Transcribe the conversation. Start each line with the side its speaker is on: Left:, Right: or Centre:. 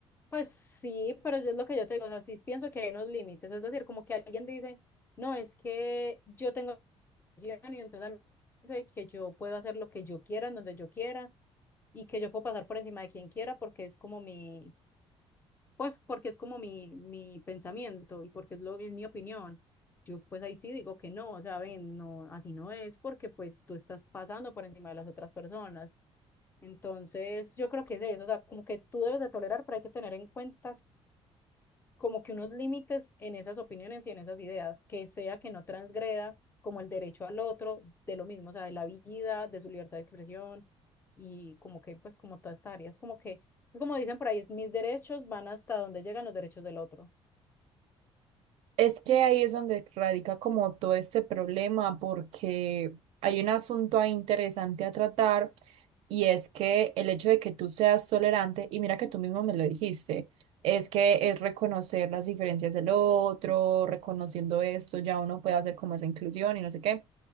Left: Pues sí, pero yo es lo que yo te digo, o sea, sí pienso que hay unos límites, es decir, como que alguien dice, no, es que yo tengo depresión y entonces a mí me dice que yo puedo hacer lo que yo quiera, en donde yo quiera, y que yo puedo pasar por encima de quien quiera porque es como mi, pues porque es como mi, mi pensamiento y porque es lo, es mi opinión. Yo pues ahí sí digo que no, o sea, ven, no, así no es porque pues tú estás pasando por encima de las otras personas. Entonces, yo creo que es eso, o sea, como que tú debes de tolerar, pero hay que tener en cuenta como que unos límites en esas opiniones y en esas ideas, que sea que no transgreda como el derecho al otro, de lo mismo, o sea, de la vida, de su libertad de expresión y como que, pues, como toda esta área, es como que, es como dicen por ahí, mis derechos van hasta donde llegan los derechos del otro.
Right: Es que ahí es donde radica como todo este problema, porque hay un asunto ahí interesante a tratar y es que el hecho de que tú seas tolerante, y mira que tú mismo me lo dijiste, es que es reconocer las diferencias del otro, reconociendo esto, ya uno puede hacer como esa inclusión y no sé qué.